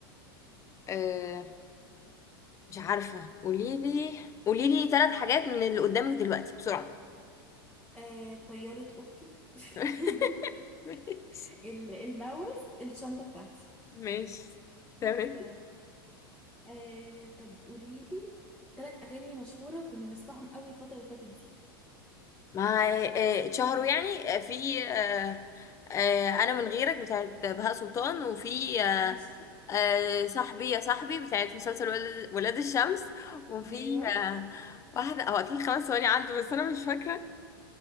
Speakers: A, on the left; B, in the centre.
A: آه، مش عارفة قولي لي قولي لي ثلاث حاجات من اللي قدامك دلوقتي بسرعة
B: آه، طيارة أختي <laughs>
A: <laughs> <laughs> ماشي
B: ال- الماوس الشنطة بتاعتي
A: ماشي تمام
B: تمام آه، طب قوليلي ثلاث أغاني مشهورة كنا بنسمعهم قوي الفترة اللي فاتت دي
A: مع آه، اتشهروا يعني آه، في آه، آه، انا من غيرك بتاعت بهاء سلطان وفي آه،
B: ماشي
A: آه، صاحبي يا صاحبي بتاعت مسلسل ولاد ولاد الشمس وفي
B: أيوه
A: آه، واحدة او اكيد خمس ثواني عنده بس انا مش فاكرة